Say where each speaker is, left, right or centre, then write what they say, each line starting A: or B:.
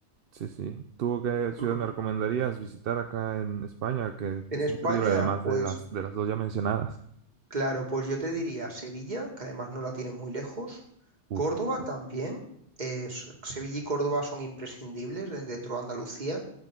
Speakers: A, on the right; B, on the right.
A: Sí, sí. ¿Tú qué ciudad
B: Ujú.
A: me recomendarías visitar acá en España? Que,
B: En
A: que es
B: España,
A: imperdible, además
B: pues...
A: de las, de las dos ya mencionadas.
B: Claro, pues yo te diría Sevilla, que además no la tienes muy lejos.
A: Uf,
B: Córdoba
A: sí.
B: también. eh, s- Sevilla y Córdoba son imprescindibles de- dentro de Andalucía.